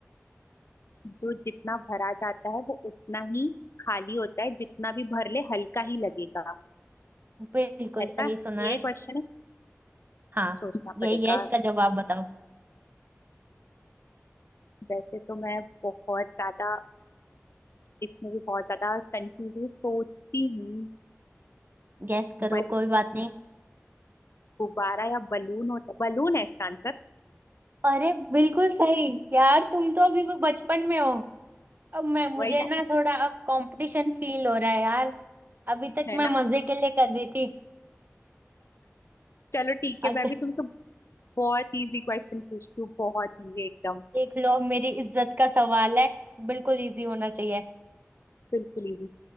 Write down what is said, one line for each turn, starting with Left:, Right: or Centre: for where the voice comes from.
Left: जो जितना भरा जाता है वो उतना ही खाली होता है जितना भी भर ले हल्का ही लगेगा
Right: बिल्कुल
Left: ऐसा
Right: सही सुना
Left: ये
Right: है
Left: क्वेश्चन है
Right: हाँ
Left: सोचना
Right: यही
Left: पड़ेगा
Right: है इसका जवाब बताओ
Left: वैसे तो मैं बहुत ज्यादा इसमें भी बहुत ज्यादा कंफ्यूजन सोचती हूँ
Right: गैस करो
Left: बल
Right: कोई बात नहीं
Left: गुब्बारा या बलून हो सक बलून है इसका आंसर
Right: अरे बिल्कुल सही यार तुम तो अभी भी बचपन में हो अब मैं मुझे
Left: वही ना
Right: ना थोड़ा अब कंपटीशन फील हो रहा है यार अभी तक
Left: है ना
Right: मैं मजे के लिए कर रही थी
Left: चलो ठीक है
Right: अच्छा
Left: मैं भी तुमसे बहुत इजी क्वेश्चन पूछती हूँ बहुत इजी एकदम
Right: देख लो मेरी इज्जत का सवाल है बिल्कुल इजी होना चाहिए
Left: बिल्कुल इजी